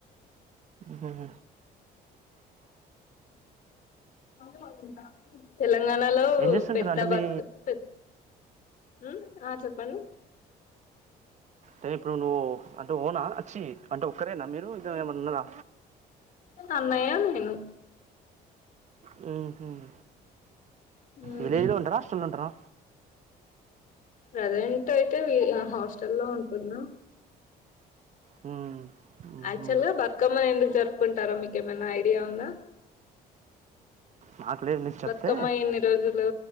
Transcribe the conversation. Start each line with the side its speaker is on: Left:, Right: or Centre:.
Right: హ్మ్
Left: తెల తెలంగాణలో
Right: ఏం చేస్తుంటారు
Left: పెద్ద
Right: అంటే
Left: బతు
Right: మీ
Left: పెద్ మ్మ్ ఆ చెప్పండి
Right: అదే ఇప్పుడు నువ్వు అంటే ఓనా చ్చి అంటే ఒక్కరేనా మీరు ఇద్దరు ఏమన్న ఉన్నరా
Left: అన్నయ్య హలో
Right: హు హ్మ్
Left: ఉమ్
Right: విలేజ్ లో ఉంటారా హాస్టల్లో ఉంటారా
Left: ప్రజెంట్ అయితే వి హా హాస్టల్ల్లో ఉంటున్నా
Right: హ్మ్. హుహు.
Left: యాక్చువల్ గా బతుకమ్మని ఎందుకు జరుపుకుంటారో మీకేమైనా ఐడియా ఉందా.
Right: మాకు లేదు మీరు చెప్తే
Left: బతుకమ్మ ఎన్ని రోజు లో